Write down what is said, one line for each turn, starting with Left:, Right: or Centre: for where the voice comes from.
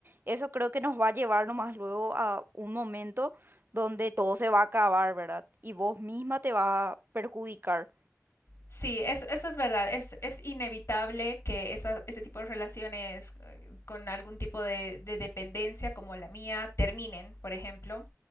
Right: eso creo que nos va a llevar nomás luego a un momento donde todo se va a acabar, ¿verdad? Y vos misma te va a perjudicar.
Left: Sí, es, eso es verdad. Es, es inevitable que esa, ese tipo de relaciones eh, con algún tipo de, de dependencia como la mía terminen, por ejemplo.